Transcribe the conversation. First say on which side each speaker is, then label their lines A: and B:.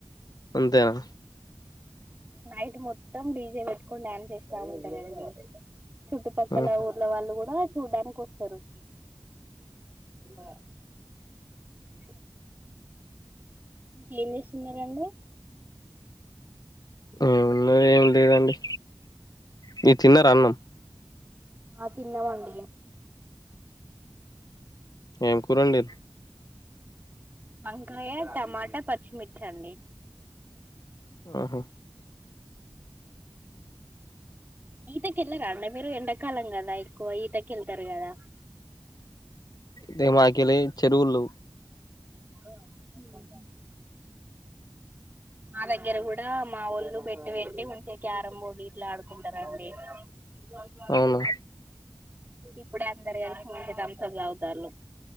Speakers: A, on the left; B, on the right.
A: అంతేనా
B: నైట్ మొత్తం డీజే పెట్టుకొని డ్యాన్స్ చేస్తా ఉంటారండి చుట్టుపక్కల
A: ఆహా
B: ఊర్ల వాళ్ళు గుడా చూడ్డానికి వస్తరు ఆ అ ఇంకేం చేస్తున్నారండి
A: ఏమున్నది ఏమ్ లేదండి మీర్ తిన్నర అన్నం
B: ఆ తిన్న మండీ
A: ఏం కూరండి
B: వంకాయ టమాట పచ్చిమిర్చి అండి
A: ఆహా
B: ఈతకి ఎళ్ళరా అండి మీరు ఎండాకాలం కదా ఎక్కువ ఈతకి ఎళ్తారు కదా
A: టె మాకెలీ చెరువుళ్ళు
B: ఎన్నోడను మా దగ్గర కూడా మా ఒళ్ళు బెడ్డు పెట్టి మంచిగా క్యారం బోర్డు గిట్లా ఆడుకుంటారండి అదే
A: అవునా
B: ఇప్పుడే అందరు వెలి మంచిగా థాంప్సప్ తగుతల్లు